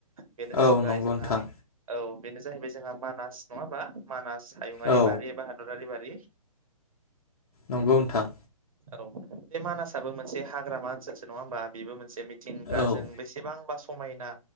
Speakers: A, on the right; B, on the left.
A: बेनो जाहैबाय
B: औ नंगौ
A: जोंहा
B: नोंथां
A: औ बेनो जाहैबाय जोंहा मानास नङा होमा मानास हायुंयारि
B: औ
A: बारि एबा हादरारि बा रि।
B: नंगौ नोंथां।
A: औ बे मानासाबो मोनसे हाग्रामा ओनसोलसो नङा होमबा बेबो मोनस बे मिथिंगाजों
B: औ
A: बेसेबांबा समायना